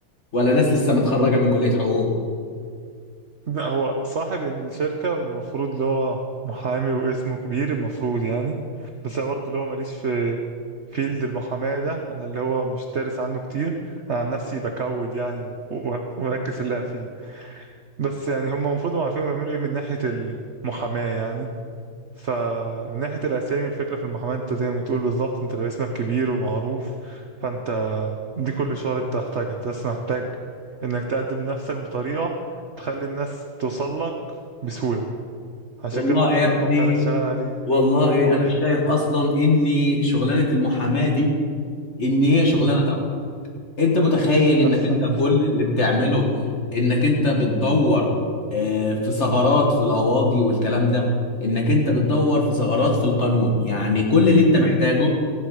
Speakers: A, on the left (about 35°); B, on the right (about 55°).
A: ولا ناس لسه متخرجه من كليه حقوق
B: لا، هو صاحب الشركه المفروض اللي هو محامي واسمه كبير المفروض يعني بس أنا برضه اللي هو ماليش في فيلد المحاماة ده أنا اللي هو مش دارس عنه كتير أنا عن نفسي بكود يعني و- و- ومركز في اللي فيه بس يعني هم المفروض هم عارفين بيعملوا إيه من ناحية المحاماة يعني فمن ناحية الأسامي الفكرة في المحاماة أنت زي ما بتقول بالظبط أنت لو اسمك كبير ومعروف فأنت دي كل شغلة أنت محتاجها أنت بس محتاج إنك تقدم نفسك بطريقة تخلي الناس توصل لك بسهولة عشان
A: والله
B: كده برضو
A: يا
B: ده
A: ابني
B: الموقع اللي هشتغل عليه
A: والله انا
B: قول لي
A: شايف اصلا اني شغلانه المحاماه دي ان هي شغلانه
B: مم.
A: تافهه انت متخيل انك
B: تفهم
A: انت كل اللي بتعمله انك انت بتدور آه، في ثغرات في القواضي والكلام ده انك انت بتدور في ثغرات في القانون يعني كل اللي انت محتاجه